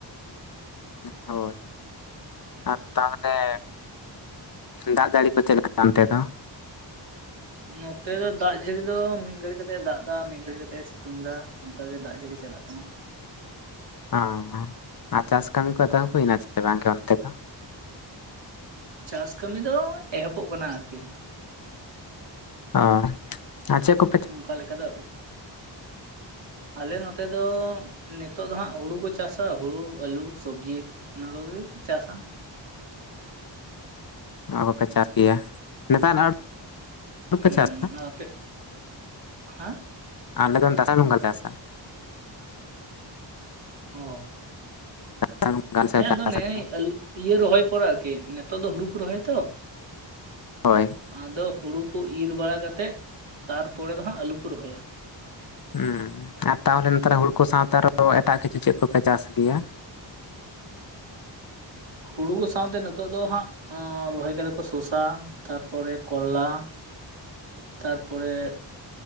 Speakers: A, on the left; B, on the right.
A: ᱦᱳᱭ ᱟᱨ ᱛᱟᱦᱚᱞᱮ ᱫᱟᱜ ᱡᱟᱹᱲᱤ ᱠᱚ ᱪᱮᱫ ᱞᱮᱠᱟ ᱚᱱᱛᱮ ᱫᱚ
B: ᱱᱚᱛᱮ ᱫᱚ ᱫᱟᱜ ᱡᱟᱹᱲᱤ ᱫᱚ ᱢᱤᱫ ᱜᱷᱟᱹᱲᱤ ᱠᱟᱛᱮᱜ ᱮ ᱫᱟᱜ ᱮᱫᱟ ᱢᱤᱫ ᱜᱷᱟᱲᱤ ᱠᱟᱛᱮᱜ ᱮ ᱥᱤᱛᱩᱝ ᱮᱫᱟ ᱱᱚᱝᱠᱟ ᱜᱮ ᱫᱟᱜ ᱡᱟᱹᱲᱤ ᱪᱟᱞᱟᱜ ᱠᱟᱱᱟ
A: ᱚ ᱟᱨ ᱪᱟᱥ ᱠᱟᱹᱢᱤ ᱠᱚᱫᱚ ᱦᱩᱭᱱᱟ ᱪᱮ ᱵᱟᱝ ᱜᱮ ᱚᱱᱛᱮ ᱫᱚ
B: ᱪᱟᱥ ᱠᱟᱹᱢᱤ ᱫᱚ ᱮᱦᱚᱵᱚᱜ ᱠᱟᱱᱟ ᱟᱨᱠᱤ
A: ᱚ ᱟᱨ ᱪᱮᱫ ᱠᱚ
B: ᱚᱱᱠᱟ ᱞᱮᱠᱟ ᱫᱚ ᱟᱞᱮ ᱱᱚᱛᱮ ᱫᱚ ᱱᱤᱛᱚᱜ ᱫᱚ ᱦᱟᱸᱜ ᱦᱩᱲᱩ ᱠᱚ ᱪᱟᱥᱟ ᱦᱩᱲᱩ, ᱟᱞᱩ, ᱥᱚᱵᱡᱤ ᱾ ᱚᱱᱟ ᱠᱚᱜᱮ ᱠᱚ ᱪᱟᱥᱟ
A: ᱚᱱᱟ ᱠᱚᱯᱮ ᱪᱟᱥ ᱠᱮᱭᱟ ᱱᱮᱛᱟᱨ ᱟᱨ ᱵᱟᱯᱮ
B: ᱦᱩᱸ
A: ᱪᱟᱥ ᱫᱟ
B: ᱟᱨ ᱟᱯᱮ ᱦᱮᱸ
A: ᱟᱞᱮᱫᱚ ᱫᱟᱸᱥᱟᱭ ᱵᱚᱸᱜᱚᱞᱮ ᱪᱟᱥᱟ
B: ᱚ
A: ᱫᱟᱸᱥᱟᱭ ᱵᱚᱸᱜᱟ ᱥᱮ
B: ᱦᱮᱸ
A: ᱪᱟᱥ
B: ᱟᱫᱚ ᱱᱮᱜ
A: ᱟᱞᱮ
B: ᱮ ᱟᱞᱩ ᱤᱭᱟᱹ ᱨᱚᱦᱚᱭ ᱯᱚᱨᱮ ᱟᱨᱠᱤ ᱱᱮᱛᱚᱜ ᱫᱚ ᱦᱩᱲᱩ ᱠᱚ ᱨᱚᱦᱚᱭ ᱛᱚ ᱾
A: ᱦᱚᱭ
B: ᱟᱫᱚ ᱦᱩᱲᱩ ᱠᱚ ᱤᱨ ᱵᱟᱲᱟ ᱠᱟᱛᱮᱫ ᱛᱟᱨᱯᱚᱨᱮ ᱫᱚ ᱦᱟᱸᱜ ᱟᱞᱩ ᱠᱚ ᱨᱚᱦᱚᱭᱟ ᱾
A: ᱦᱩᱸ ᱟᱨ ᱛᱟᱦᱚᱞᱮ ᱱᱮᱛᱟᱨ ᱦᱩᱲᱠᱩ ᱥᱟᱶᱛᱮ ᱟᱨᱦᱚ ᱮᱴᱟᱜ ᱠᱤᱪᱷᱩ ᱪᱮᱫ ᱠᱚᱯᱮ ᱪᱟᱥ ᱜᱮᱭᱟ?
B: ᱦᱩᱲᱩ ᱥᱟᱶᱛᱮ ᱱᱮᱛᱚᱜ ᱫᱚ ᱦᱟᱸᱜ ᱨᱚᱦᱚᱭ ᱠᱟᱫᱟ ᱠᱚ ᱥᱚᱥᱟ ᱛᱟᱨᱯᱚᱨᱮ ᱠᱚᱨᱞᱟ ᱾
A: <inaudible>
B: ᱛᱟᱨᱯᱚᱨᱮ ᱮ